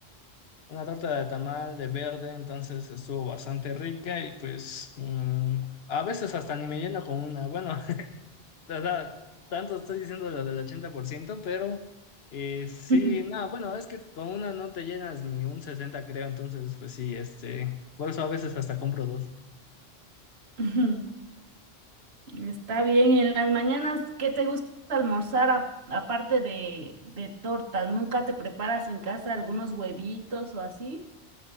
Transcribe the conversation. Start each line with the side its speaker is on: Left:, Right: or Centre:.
Left: una torta de tamal de verde, entonces estuvo bastante rica y pues mm, a veces hasta ni me lleno con una. Bueno, <laughs> o sea, tanto estoy diciendo lo del ochenta por ciento pero eh, sí,
Right: <laughs>
Left: no, bueno, es que con una no te llenas ni un sesenta creo, entonces pues sí, este, por eso a veces hasta compro dos.
Right: Ujú. Está bien, y en las mañanas, ¿qué te gusta almorzar a- aparte de, de tortas? ¿Nunca te preparas en casa algunos huevitos o así?